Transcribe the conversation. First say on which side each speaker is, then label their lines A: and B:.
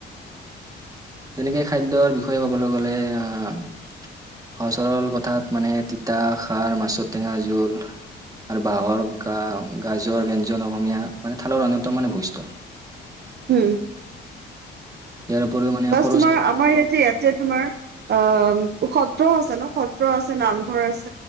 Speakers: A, on the right; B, on the right.
A: যেনেকে খাদ্যৰ বিষয়ে ক'বলৈ গলে আহ - <unintelligible> আৰু বাঁহৰ গা গাজৰ ব্ঞ্জন অসমীয়া মানে থালৰ অন্যতম মানে বৈশিষ্ট্য।
B: উম।
A: ইয়াৰ পূ্ব মানে-
B: প্লাচ্
A: সৰু
B: তোমাৰ আমাৰ <unintelligible> ইয়াত তোমাৰ- অ সত্ৰও আছে ন সত্ৰ আছে নামঘৰ আছে -